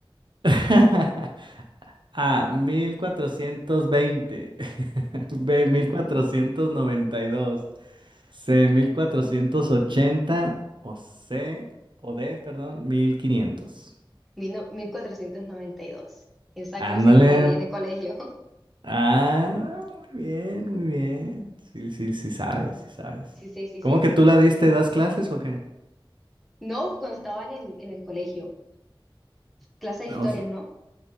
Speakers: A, on the right; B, in the centre.
A: <laughs> A, mil cuatrocientos veinte <laughs> B, mil cuatrocientos noventa y dos C, mil cuatrocientos ochenta O C, o D, perdón, mil quinientos
B: mil cuatrocientos noventa y dos. Esa
A: Ándale.
B: clase yo la di en el colegio. <laughs>
A: Ah, muy bien, muy bien. Sí, sí, sí sabes, sí sabes.
B: Sí, sí, sí,
A: ¿Cómo
B: sí, sí,
A: que tú
B: sí.
A: la diste? ¿Das clases o qué?
B: No, cuando estaban en, en el colegio. Clase de
A: O
B: historia,
A: se-
B: ¿no?